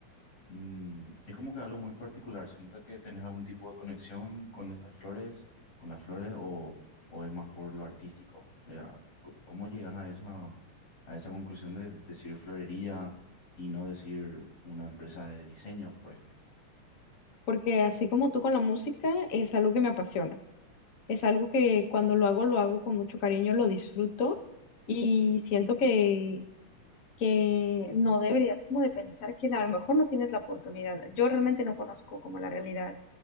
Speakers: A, on the left (about 50°); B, on the left (about 80°).
A: Mm, es como que algo muy particular. ¿Se nota que tenés algún tipo de conexión con estas flores, con las flores, o, o es más por lo artístico? O sea, co- ¿cómo llegas a esa, a esa conclusión de decir florería y no decir una empresa de diseño, por ejemplo?
B: porque así como tú con la música, es algo que me apasiona, es algo que cuando lo hago, lo hago con mucho cariño, lo disfruto y siento que... que no deberías como de pensar que a lo mejor no tienes la oportunidad. Yo realmente no conozco como la realidad